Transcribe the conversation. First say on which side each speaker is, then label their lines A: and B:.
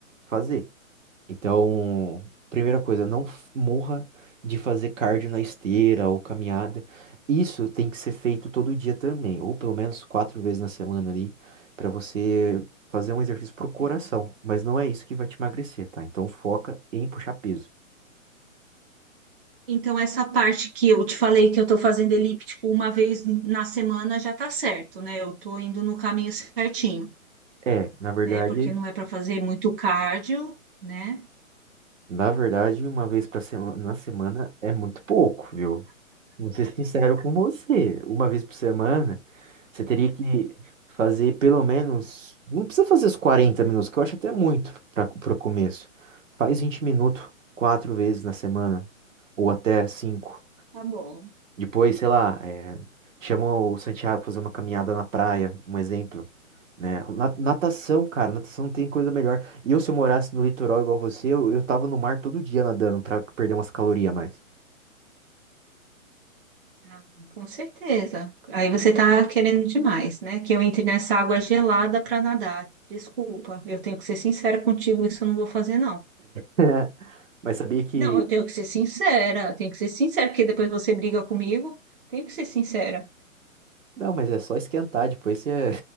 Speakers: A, on the right; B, on the right.
A: fazer. Então, primeira coisa, não f- morra de fazer cardio na esteira ou caminhada. Isso tem que ser feito todo dia também, ou pelo menos quatro vezes na semana ali, para você fazer um exercício pro coração.
B: É.
A: Mas não é isso que vai te emagrecer, tá? Então foca em puxar peso.
B: Então, essa parte que eu te falei que eu tô fazendo elíptico uma vez na semana já tá certo, né? Eu tô indo no caminho certinho,
A: É, na verdade,
B: né? Porque não é para fazer muito cardio, né?
A: na verdade, uma vez pra sema- na semana é muito pouco, viu? Vou ser sincero com você. Uma vez por semana, você teria que fazer pelo menos. Não precisa fazer os 40 minutos, que eu acho até muito para o começo. Faz 20 minutos quatro vezes na semana, ou até cinco.
B: Tá bom.
A: Depois, sei lá, é, chama o Santiago pra fazer uma caminhada na praia, um exemplo. Né? Na- Natação, cara, natação não tem coisa melhor. E eu, se eu morasse no litoral igual você, eu, eu tava no mar todo dia nadando pra perder umas calorias a mais.
B: Ah, Com certeza. Aí você está querendo demais, né? Que eu entre nessa água gelada para nadar. Desculpa, eu tenho que ser sincera contigo, isso eu não vou fazer, não.
A: <laughs> Mas sabia que
B: Não, eu tenho que ser sincera, eu tenho que ser sincera, porque depois você briga comigo. Tenho que ser sincera.
A: Não, mas é só esquentar, depois você.